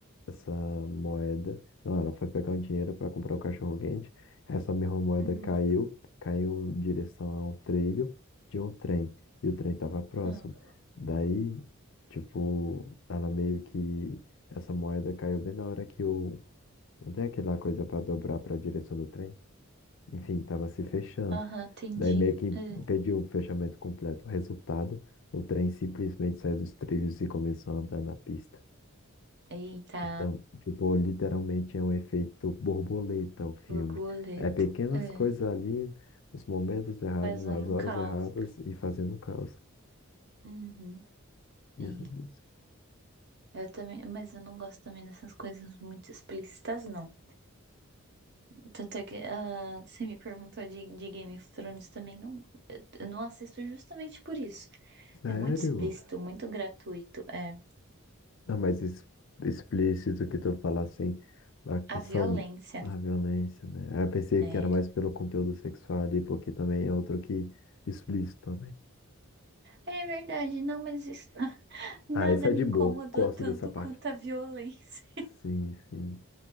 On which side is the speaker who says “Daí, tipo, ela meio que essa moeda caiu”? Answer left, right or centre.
Left